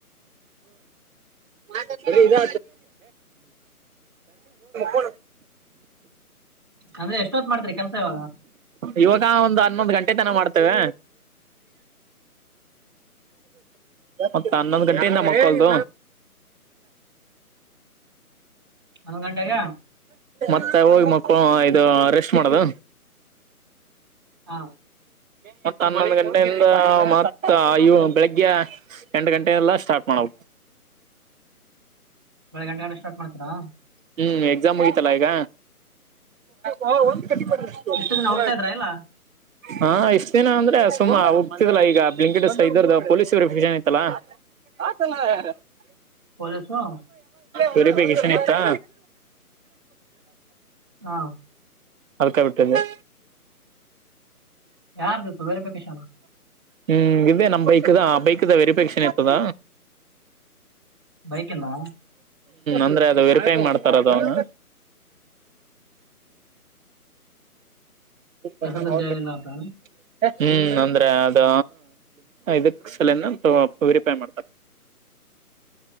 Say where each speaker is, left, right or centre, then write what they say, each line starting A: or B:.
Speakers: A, on the right; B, on the right.
A: ಅ ಇದ ಹ
B: ಅಂದ್ರೆ ಎಷ್ಟೋತ್ ಮಾಡ್ತಾರೆ ಕೆಲ್ಸ ಇವಾಗ
A: ಇವಾಗ ಒಂದು್ ಹನ್ನೊಂದು್ ಗಂಟೆ ತನ ಮಾಡ್ತೇವೆ ಮತ್ತ ಹನ್ನೊಂದ್ ಗಂಟೆಯಿಂದ ಮಕ್ಕೊದು
B: ಅಂದು ಗಂಟಾಗ
A: ಮ ಹೋಗಿ ಮಕ್ಕಳ ಇದು ರೆಸ್ಟ್ ಮಾಡದು
B: ಹಾ
A: ಮತ್ತತ್ ಹನ್ನೊ ಗಂಟೆಯಿಂದ ಮತ್ ಅವು ಬೆಳಿಗ್ಗೆ ಎಂಟು ಗಂಟೆ ಎಲ್ಲ ಸ್ಟಾರ್ಟ್ ಮಾಡು
B: ಬೆಳಗ್ ಗಂಟೆ ಎಲ್ಲ ಸ್ಟಾರ್ಟ್ತಾರಾ
A: ಹ್ಮ್ ಎಕ್ಸಾಮ್ ಹಯತಲ್ಲಾ ಈಗ ಹಾ ಒಂದ್ ಕಟಿ ಬಂದು
B: ಇಷ್ಟು ದಿನ
A: ನೂರ
B: ಹೋಗ್ತಾ ಇದ್ರಾ
A: ರೂ
B: ಇಲ್ಲ
A: ಹಾ ಇಷ್ಟ್ ದಿನ ಅಂದ್ರೆ ಸುಮ ಹೋಗ್ತಿದಲ್ಲಾ ಈಗ ಬ್ಂಕ ಇದದ್ದ ಪೊಲೀಸ್ ವೆರಿಫಿಕೇಶನ್ ಇಐತ್ತಲ್ಲಾ ಹ ಚನ್ನ ಯಾರ
B: ಕಾಲಜವ
A: ವೇರಿಪಿಕೇಶನ್ ಇತ್ತಾ
B: ಹಾ
A: ಆಳ್ಕ ಬಿಟ್ಟದೆ
B: ಯಾರ್ದತ್ತು ವೇರಿಪಿಕೇಶನ್
A: ಹ್ಮ್ ಇದದೆ ನಮ್ಮ್ ಬೈಕ್ದ ಆ ಬೈಕ್ ದ ವೆರಿಫೇಶನ್ ಇತದ
B: ಬೈಕ್ನ್ನ
A: ಅಂದ್ರೆ ಅದು ವೆರಿಫೈ ಹಂಗ್ ಮಾಡ್ತಾರ ಅದ ಅವನು ಬ ಪಸಂದ
B: ಹೆಸರಲ್ಲದ್ದು ಇಲ್ಲ ಅಂತ
A: ಹ ಹ್ಮ್ ಅಂದ್ರೆ ಅದ ಇದಕ್ ಸಲನ ವರಿಪಾಯ ಮಾಡ್ತಾರೆ